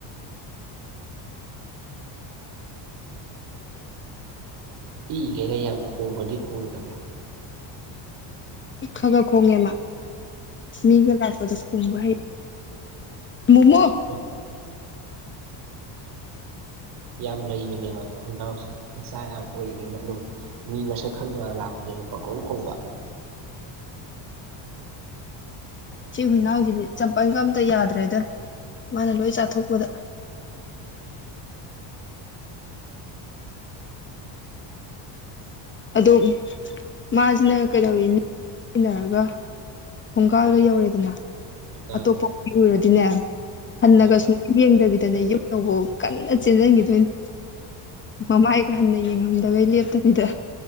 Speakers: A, on the right; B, on the left.
A: ꯄꯤꯏꯒꯦꯅ ꯌꯥꯝ ꯈꯣꯡꯕꯗꯤ ꯈꯣꯡꯗꯕ
B: ꯈ ꯈ ꯈꯣꯡꯉꯦꯃ ꯃꯤꯒ ꯂꯥꯛꯄꯗ ꯈꯣꯡꯕ ꯍ ꯃꯨꯉꯣ
A: ꯌꯥ ꯌꯥꯝ ꯂꯩꯕꯅꯦꯕ ꯑꯩꯈꯣꯏꯅꯥꯎꯁꯦ ꯃꯆꯥ ꯌꯥꯝ ꯑꯣꯏꯔꯤꯅꯤꯅ ꯑꯗꯨꯝ ꯃꯤ ꯃꯁꯛ ꯈꯪꯗꯕꯒ ꯂꯥꯛꯄꯁꯤꯅ ꯄꯪꯈꯣꯡ ꯈꯣꯡꯕ
B: ꯁꯤ ꯍꯨꯏꯅꯥꯎꯁꯤꯗꯤ ꯆꯝꯄꯜꯒ ꯑꯝꯇ ꯌꯥꯗ꯭ꯔꯦꯗ ꯃꯥꯅ ꯂꯣꯏ ꯆꯥꯊꯣꯛꯄꯗ ꯑꯗ‌ꯣ ꯃꯥꯁꯤꯅ ꯀꯩꯗꯧꯋꯤꯟ <unintelligible> ꯅꯔꯒ ꯊꯣꯡꯒꯥꯜꯒ ꯌꯧꯔꯦꯗꯅ
A: ꯑꯥ
B: ꯑꯇꯣꯞꯄ <unintelligible> ꯎꯔꯗꯤꯅꯦ ꯍꯟꯅꯒ
A: ꯑꯥ
B: ꯁꯨꯡ ꯌꯦꯡꯗꯕꯤꯗꯅ‌ꯦ ꯌꯨꯝ ꯌꯧꯐꯧ ꯀꯟꯅ ꯆꯦꯟꯁꯤꯟꯈꯤꯗꯣꯏꯅꯤ ꯃꯃꯥꯏ ꯈꯔ ꯍꯟꯅ ꯌꯦꯡꯉꯝꯗꯕꯩ ꯂꯦꯞꯇꯕꯤꯗ